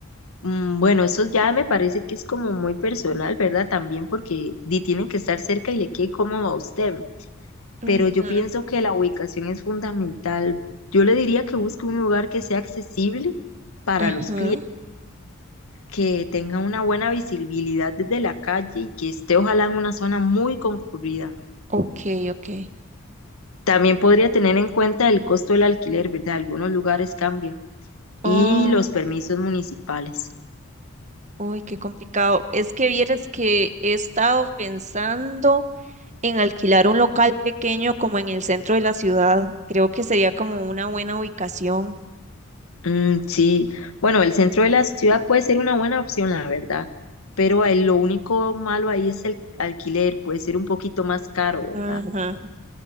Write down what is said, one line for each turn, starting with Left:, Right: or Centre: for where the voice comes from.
Left: Mm, Bueno, eso ya me parece que es como muy personal, ¿verdad? También porque di, tienen que estar cerca y le quede cómodo a usted. Pero
Right: Ujú,
Left: yo pienso que la ubicación es fundamental. Yo le diría que busque un lugar que sea accesible para
Right: Ajá,
Left: los clientes, que tenga una buena visibilidad desde la calle y que esté ojalá en una zona muy concurrida
Right: ok, ok.
Left: También podría tener en cuenta el costo del alquiler, ¿verdad? Algunos lugares cambian. Y
Right: Ah,
Left: los permisos municipales.
Right: uy, qué complicado. Es que vieras que he estado pensando en alquilar un local pequeño como en el centro de la ciudad. Creo que sería como una buena ubicación.
Left: Mm, sí, bueno, el centro de la ciudad puede ser una buena opción, la verdad. Pero ahí lo único malo ahí es el alquiler, puede ser un poquito más caro,
Right: Ajá.
Left: ¿verdad?